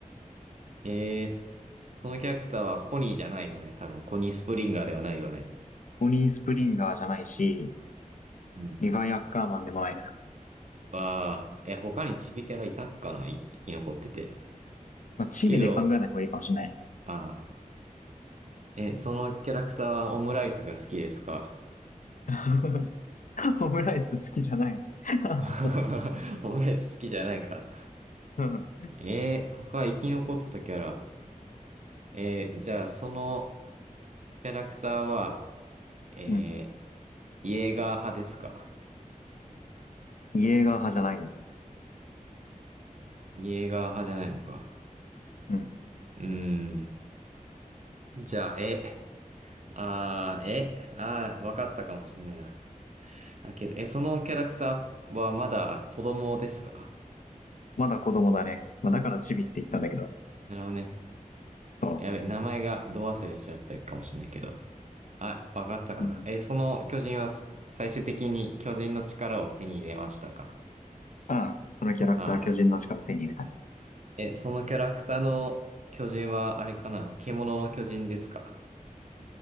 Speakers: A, on the right; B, on the left.
A: えー、すそのキャラクターはコニーじゃないよね。多分、コニースプリンガーではないよね。
B: ホニースプリンガーじゃないし、
A: うん。
B: リヴァイアッカーマンでもないな。
A: わあ、え、他にチビキャラいたっかな一匹残ってて。
B: まあ、チビで考えない方がいいかもしれない。
A: けど、ああ、え、そのキャラクターはオムライスが好きですか
B: <laughs> オムライス好きじゃない。<laughs>
A: <laughs> オムライス好きじゃないか。
B: うん。
A: えー、他生き残ったキャラ。えー、じゃあ、そのキャラクターは、え
B: うん
A: ー、イエーガー派ですか
B: イエーガー派じゃないです。
A: イエーガー派じゃないのか。
B: うん。
A: うーん。じゃあ、え、あー、え、あー、わかったかもしんないな。あ、けど、え、そのキャラクターはまだ子供ですか
B: まだ子供だね。まあ、だからチビって言ったんだけど。
A: なるほどね。
B: そ
A: やべ名前がど忘れしちゃったかもしんないけど。あ、わかったかな。
B: う。うん。
A: え、その巨人はす最終的に巨人の力を手に入れましたか
B: ああ、このキャラクター巨人の力手に入れたね。
A: ああえ、そのキャラクターの巨人はあれかな獣の巨人ですか